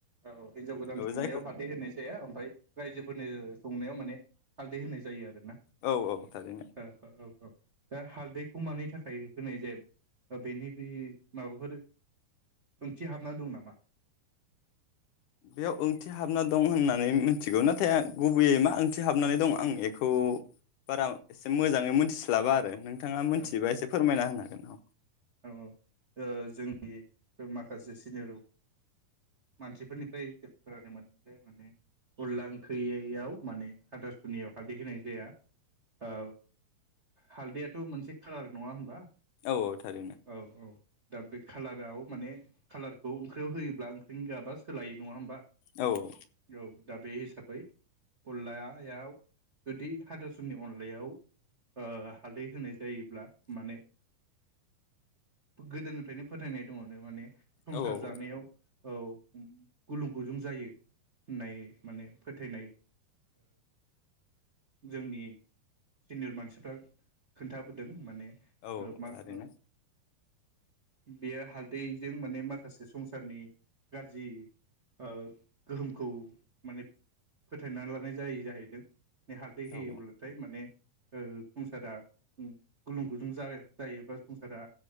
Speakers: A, on the right; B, on the left.
A: औ हिनजाव गोदान
B: औ
A: संनायाव
B: जायखौ
A: हालदै होननाय जाया ओमफ्राय रायजोफोरनो संनायाव मान माने हालदै होनाय जायो आरो ना
B: औ औ थारैनो
A: औ औ दा हालदैखौ मानि थाखाय होनाय जाया बेनि बे माबाफोर ओंथि हाबना दं नामा
B: बेयाव ओंथि हाबना दं होननानै मिथिगौ नाथाय आं गुबैयै मा ओंथि हाबनानै दं आं बेखौ बारा एसे मोजाङै मोनथिस्लाबा आरो नों बिथाङा
A: औ
B: मिथिबा एसे फोरमायना होनांगोन ज <unintelligible>
A: औ औ ओ जोंनि माखासे सिनियर मानसिफोरनिफ्राय जों खोनानो मोनदों जे माने अनला ओंख्रैयै याव माने हाथासुनियाव हालदै होनाय जाया औ हालदैयाथ' मोनसे कालार नङा होमबा
B: औ औ थारैनो
A: औ औ दा बे खालाराव माने कालारखौ ओंख्रियाव होयोब्ला ओंख्रि गाबा सोलायो नङा होमबा
B: औ औ
A: औ दा बे हिसाबै अनलायाव जुदि हाथासुननि अनलायाव ओ हालदै होनाय जायोब्ला माने गोदोनिफ्रायनो फोथायनाय दङ नो माने संसार
B: औ औ
A: जानायाव औ गुलुं गुजुं जायो होननाय माने फोथायनाय जोंनि सिनियर मानसि खोन्थाबोदों माने
B: औ
A: ओ
B: औ
A: मा
B: थारैनो
A: ओ बेयो हालदैजों माने माखासे संसारनि गाज्रि ओ गोहोमखौ माने फोथायनानै लानाय जायो जाहैदों हालदै होयोब्लाथाय
B: औ
A: माने संसारा गुलुं गुजुं जायो बा संसारा